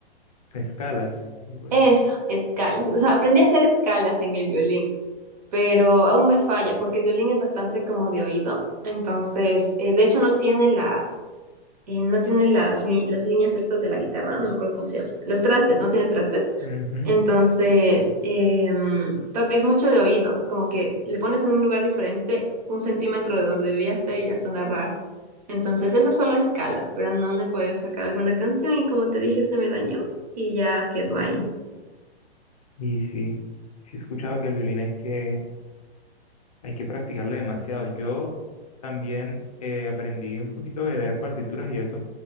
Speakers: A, on the left (about 35°); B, on the right (about 40°).
A: Escalas, algo
B: Eso,
A: así.
B: escalas. O sea, aprendí a hacer escalas en el violín, pero aún me falla porque el violín es bastante como de oído. Entonces, eh, de hecho, no tiene las, eh, no tiene las, li- las líneas estas de la guitarra, no me acuerdo cómo se llama. Los trastes, no tiene trastes.
A: Ujú.
B: Entonces, em, to- es mucho de oído, como que le pones en un lugar diferente un centímetro de donde debía ser y ya suena raro. Entonces, eso solo escalas, pero no me he podido sacar alguna canción y como te dije, se me dañó y ya quedó ahí.
A: Y sí, sí he escuchado que el violín hay que, hay que practicarle demasiado. Yo también eh, aprendí un poquito de leer partituras y eso,